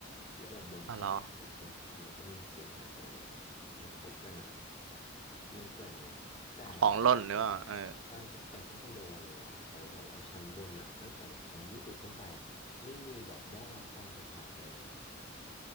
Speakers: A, on the left (about 30°); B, on the right (about 80°).
A: แล้วแบบบนฟ้าเนี่ยบนฟ้ามันก็มีเสียงเหมือนอะไรแบบกระทบกันอ่ะแบบ
B: อ๋อเหรอ
A: มันแกว่งไงแต่
B: ของหล่นหรือเปล่าเออ
A: คนใช่ใช่แต่ที่คอนโดวาโลอ่ะเขาบอกว่าชั้นบนอ่ะตั้งแต่แบบชั้นยี่สิบขึ้นไปอ่ะไม่มีแบบได้รับการเสียหายอะไรเลยอะ